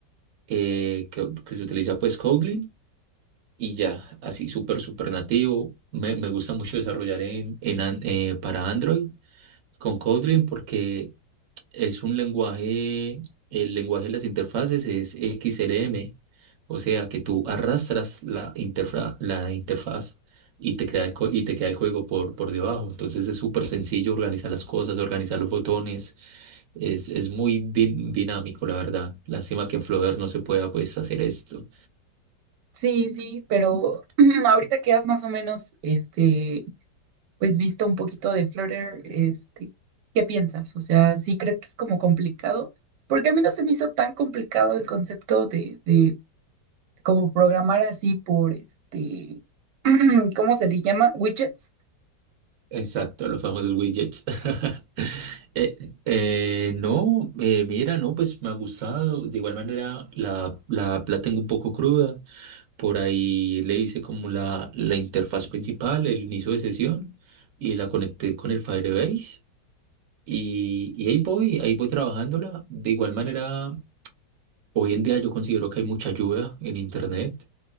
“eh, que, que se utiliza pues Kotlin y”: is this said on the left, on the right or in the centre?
Right